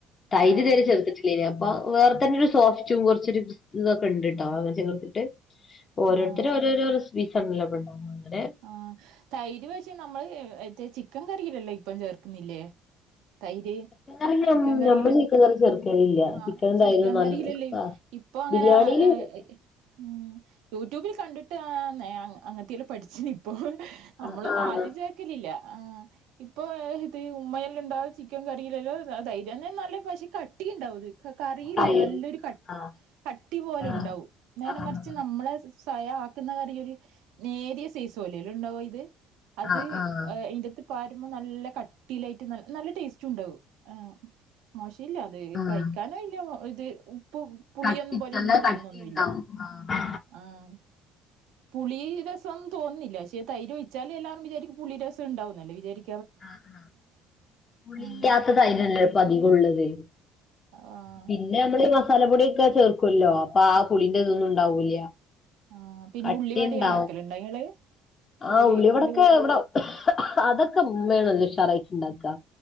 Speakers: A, on the left; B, on the right.
A: തൈര്
B: ആഹ്
A: ഇത് വരെ ചേർത്ത്ട്ട് ട്ടില്ലേനി അപ്പ വേറെ തന്നെ ഒരു സോഫ്റ്റും കൊറച്ചൊരു ഇതൊക്കെ ഇണ്ട്ട്ടോ അങ്ങനെ ചേർത്തിട്ട് ഓരോരുത്തര്
B: ആഹ്
A: ഓരോരോ രസ്പ്പീസാണല്ലോപ്പണ്ടാക്കാ അങ്ങനെ
B: ആഹ് തൈര് പക്ഷേ നമ്മള് മറ്റേ ചിക്കൻ കറിയിലെല്ലാം ഇപ്പം ചേർക്കുന്നില്ലേ തൈര്
A: <unintelligible>
B: ചിക്കൻ കറിയില
A: ഞമ്മള് ചിക്കൻ കറി ചേർക്കലില്ലാ ചിക്കനും
B: ആഹ് ചിക്കൻ
A: തൈരും നല്ല
B: കറിയിലല്ലേ
A: <unintelligible>
B: ഇപ്പൊ അങ്ങനെ
A: ബിരിയാണിയില്
B: ഏഹ് ഉം യൂട്യൂബില് കണ്ടിട്ട് ആഹ് നെ അങ്ങനെത്തെയെല്ലം പഠിച്ചിന് ഇപ്പോ നമ്മളൊന്നും
A: ആഹ്
B: ആദ്യ ചേക്കലില്ലാ ആഹ് ഇപ്പൊ ഇത് ഉമ്മയെല്ലാം ഇണ്ടാ ചിക്ക് ചിക്കൻ കറിയിലെല്ലം തൈര് തന്നെ നല്ലെ പക്ഷെ കട്ടിയ്ണ്ടാവും ഇത് ക കറിയില്ലേ
A: അയ്യോ
B: നല്ലൊരു കട്ടി
A: ആഹ്
B: കട്ടി പോലെ
A: ആഹ്
B: ഇണ്ടാവും നേരെ
A: ആഹ്
B: മറിച്ച് നമ്മളെ സ് സ്വയം ആക്കുന്ന കറി ഒരു നേരിയ സെയ്സ് പോലെയല്ലെ ഇണ്ടാവാ ഇത് അത്
A: ആഹ്
B: ഏഹ് ഈൻ്റാത്ത് പാരുമ്പോ നല്ല കട്ടിയിലായിറ്റ് നൽ നല്ല ടേസ്റ്റുണ്ടാവും ആഹ് മോശയില്ലാ ത്
A: ആഹ്
B: കഴിക്കാനോ ഇല്ല ഇത് ഉപ്പ് പുളിയൊന്നും
A: കട്ടി
B: പോലെയൊന്നും
A: നല്ല
B: തോന്നുന്നൊന്നുല്ലാ.
A: കട്ടിണ്ടാവും ആഹ്
B: ആഹ് പുളി രസ ഒന്നു തോന്നില്ല. ക്ഷെേ തൈര് ഒഴിച്ചാല് എല്ലാരും വിചാരിക്കും പുളി രസം ഉണ്ടാവുന്നല്ലേ വിചാരി
A: ആഹ് ആഹ് പുളി
B: ഉം
A: ഇല്ലാത്ത തൈരല്ലേ ഇപ്പധികുള്ളത്.
B: ആഹ്
A: പിന്നെ നമ്മള് ഈ മസാല പൊടിയൊക്കെ ചേർക്കൊല്ലോ. അപ്പ ആ പുളിന്റെ ഇതൊന്നും ഉണ്ടാവൂല്ല
B: ആഹ് പിന്നെ
A: കട്ടിണ്ടാവും
B: ഉള്ളി വാടെല്ലാം ആക്കല് ഇണ്ടങ്ങള്
A: ആഹ്
B: ഉള്ളി
A: ഉള്ളിവടൊക്കെ
B: ഉള്ള വട.
A: ഇവിടെ അതൊക്കെ ഇമ്മേണല്ലോ ഉഷാറായിറ്റ് ഇണ്ടാക്ക.